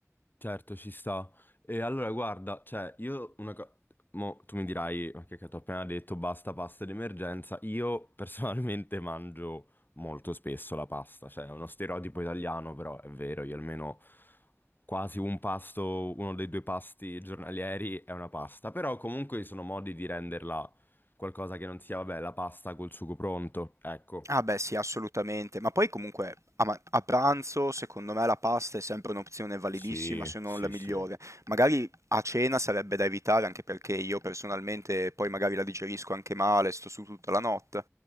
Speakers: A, on the left; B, on the right.
A: Certo, ci sta. E allora, guarda, cioè, io una cosa... Mo, tu mi dirai, ma che cacchio, ho appena detto, basta pasta d'emergenza. Io personalmente <laughs> mangio molto spesso la pasta, cioè è uno stereotipo italiano, però è vero, io almeno quasi un pasto, uno dei due pasti giornalieri è una pasta. Però comunque ci sono modi di renderla qualcosa che non sia, vabbè, la pasta col sugo pronto. Ecco.
B: Ah beh, sì, assolutamente. Ma poi comunque a, ma- a pranzo, secondo me la pasta è sempre un'opzione validissima,
A: Sì,
B: se non
A: sì,
B: la migliore.
A: sì.
B: Magari a cena sarebbe da evitare, anche perché io personalmente poi magari la digerisco anche male, sto su tutta la notte.